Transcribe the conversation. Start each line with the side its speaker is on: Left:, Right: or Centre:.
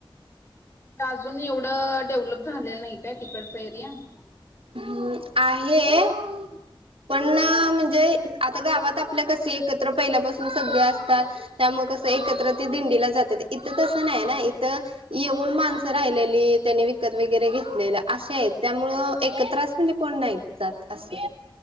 Left: अजून एवढं डेव्हलप झालेलं नाही काय तिकडचा एरिया? <unintelligible>
Right: हम् आहे,, पण म्हणजेऽ आता गावात आपल्या कसं एकत्र पहिल्यापासून सगळे असतात,,, त्यामुळ कसं एकत्र ती दिंडीला जातात,, इथं तसं नाही ना,, इथऽ येऊन माणसं राहिलेली,, त्यांनी विकत वगैरे घेतलेलं,, असे आहेत त्यामुळंऽ <unintelligible> एकत्र आस म्हणजे कोण नाही जा <unintelligible> त,, असंऽ